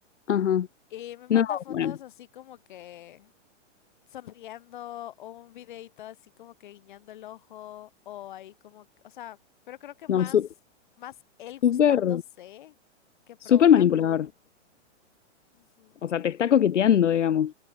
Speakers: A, on the left (about 75°); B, on the left (about 40°).
A: Ajá.
B: Y me manda
A: No,
B: fotos
A: bueno,
B: así como que sonriendo o un videito así como que guiñando el ojo o ahí como, que- o sea, pero creo que más,
A: no, su-
B: más él gustándose
A: súper,
B: que provocando.
A: súper manipulador.
B: Ujú,
A: O sea, te está coqueteando, digamos,